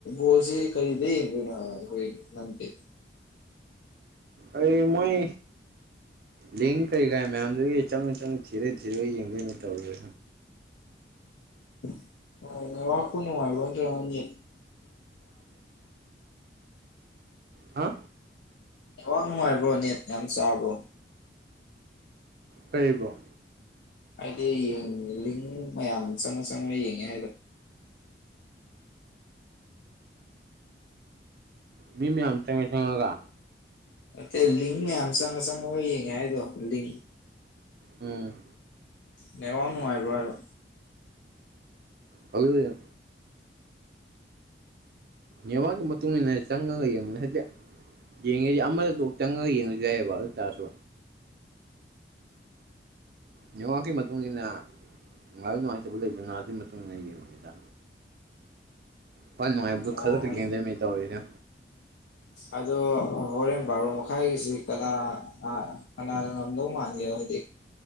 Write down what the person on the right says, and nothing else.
ꯑꯩ ꯃꯣꯏ ꯂꯤꯡ ꯀꯩ ꯀꯥ ꯃꯌꯥꯝꯗꯨꯒꯤ ꯆꯪ ꯆꯪ ꯊꯤꯔ ꯊꯤꯔꯒ ꯌꯦꯡꯒꯣꯏꯩꯅ ꯇꯧꯔ
ꯍꯥ
ꯇꯩꯕ
ꯃꯤ ꯃꯌꯥꯝ ꯆꯉꯥꯏ ꯆꯉꯒ
ꯎꯝ
ꯐ ꯌꯥ ꯌꯥꯕꯒ ꯃꯨꯅꯦ ꯆꯪꯉꯒ ꯌꯦꯡꯉ ꯍꯥꯏꯛꯇ ꯌꯦꯡꯉꯤꯁꯤ ꯑꯃꯗꯣꯛ ꯆꯪꯉꯒ ꯌꯦꯡꯉꯁꯨ ꯌꯥꯏꯑꯕ ꯑꯗꯨ ꯇꯥꯔꯁꯨ ꯅꯤꯉꯥꯛꯀꯤ ꯃꯇꯨꯡ ꯃꯇꯨꯡꯏꯟꯅ ꯅꯨꯡꯉꯥꯏꯕ ꯅꯨꯡꯉꯥꯏꯇꯕ ꯂꯩꯗꯅ ꯑꯗꯨꯒꯤ ꯃꯇꯨꯡꯟꯅ ꯌꯦꯡꯉꯨꯦꯗ ꯐꯅꯅꯨꯡꯉꯥꯏꯕꯗꯨ
ꯈꯂꯛꯇ ꯀꯗꯦ ꯃꯤ ꯇ ꯑꯣꯏꯗ